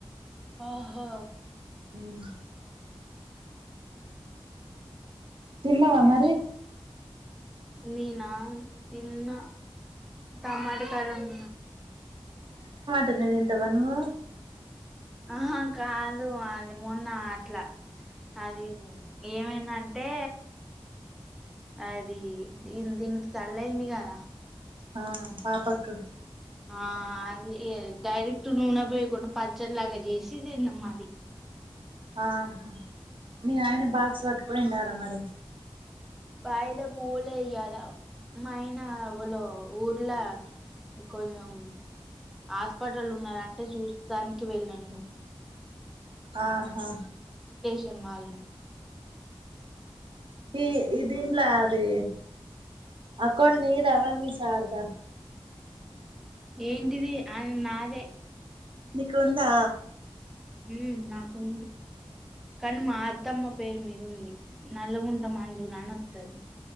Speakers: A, in the centre; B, on the right (about 60°).
A: ఓహో
B: మ్మ్ తిన్నవా మారీ
A: నేనా తిన్న టమాట కర్రీ ఉన్
B: తిన్న తింటావా నువ్వు
A: అహ కాదు అది మొన్న అట్లా అది ఏమైదంటే అది దీ దీనికి తల్లయింది కదా
B: ఆ పాపాకు
A: ఆ ఇ డైరెక్ట్ నూనె పోయకుండా పచ్చడిలాగా చేసి తిన్నాం అది
B: ఆహా మీ ఆయన బాక్స్ పట్టుకొని పోయిండా రా మరి
A: వాయిదా పోలే ఇయ్యాల మా ఆయన వాళ ఊర్ల కొంచం హాస్పిటల్ ఉన్నదంటే చూస్తానికీ వెళ్ళిండు
B: ఆహా
A: కెమాలు
B: ఈ దీన్ల అది అక్కో నీదేవన్ నీ శారద
A: ఏంటిది అది నాదే
B: నిక్ ఉందా
A: మ్మ్ నాకు ఉంది కాన్ మా అత్తమ్మకు పేర్ మీదుంది నల్లగుంట మంజులానినొత్తది